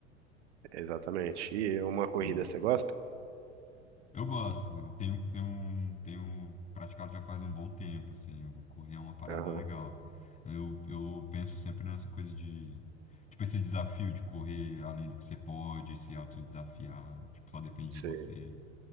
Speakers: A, on the right; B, on the left.
A: exatamente. E uma
B: Tipo,
A: corrida você gosta?
B: eu gosto, eu tenho, tenho, tenho praticado já faz um bom tempo, assim, eu- correr é uma parada
A: Aham,
B: legal. Eu, eu penso sempre nessa coisa de, tipo, esse desafio de correr além do que você pode, se autodesafiar, tipo, só depende
A: sei.
B: de você.